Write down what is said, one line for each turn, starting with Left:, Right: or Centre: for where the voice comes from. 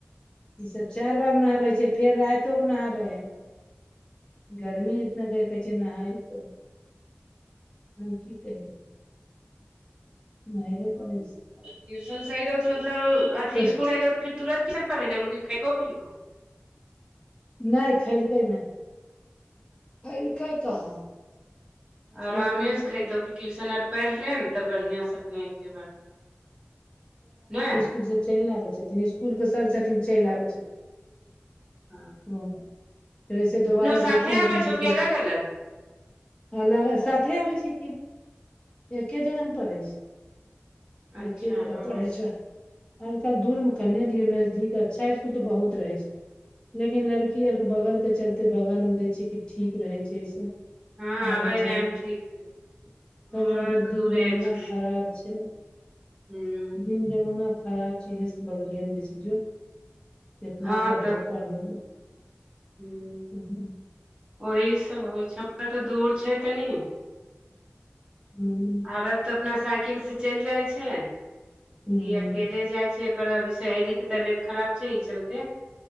Left: इ सब चारि
Right: ओ
Left: बार नहाबै छै फेर राइतो के नहाबै हइ गर्मी इतना त कहै छै नहायतो हम की कही नहैबे करे छै
Right: ट्यूशन से अयलौ त मतलब अथी
Left: तो
Right: इसकुल अयलो फेर तुरत किये नय पढ़ेलको खैको पिलको
Left: नय खइलको नय खैलकै कहाँ अथिए
Right: आरमे
Left: करै लगलै
Right: सँ खाइतौ ट्यूशन आर पढ़ि लेब त बढ़िआँ से अपना एके बार नय
Left: स्कूल से चलि नय आबै छथिन स्कूल के सर छथिन चलि आबै छथिन
Right: हँ
Left: ओ फेर से दोबारा
Right: साथे
Left: जयथिन एथिन
Right: आबै छौ
Left: बीस
Right: कि
Left: बेर
Right: अलग अलग
Left: अ साथे आबै छै की एके जगह ने पढ़ै छै
Right: अच्छा
Left: एके जगह
Right: हँ
Left: पढ़ै छै आजकल दूर मे कने दियो नजदीक अच्छा स्कुल त बहुत रहे छै लेकिन लड़की आर के बगल के चलते बगल मे दै छीये की ठीक रहे छै से
Right: हँ आबय
Left: आबै
Right: जायमे
Left: जायब
Right: ठीक रहै छै हमर
Left: तब आ
Right: आर तऽ
Left: दिन
Right: दूरे
Left: जमाना
Right: छै
Left: खराब छै
Right: हूँ
Left: दिन जमाना खराब छै हेस बगलेमे बेै छैय जो कितना
Right: हँ
Left: पढ़तो
Right: तब
Left: पढ़ेगे
Right: हूँ
Left: हूँ हूँ
Right: ओही सब होइ छै हमर त दूर छै तनी
Left: हुँ
Right: आरब तऽ अपना साइकिल से चलि जाय छै।
Left: हूँ
Right: ई अकेल ले जाइ छै। एकर अभी सहेलीके तबियत खराब छै। ई चलते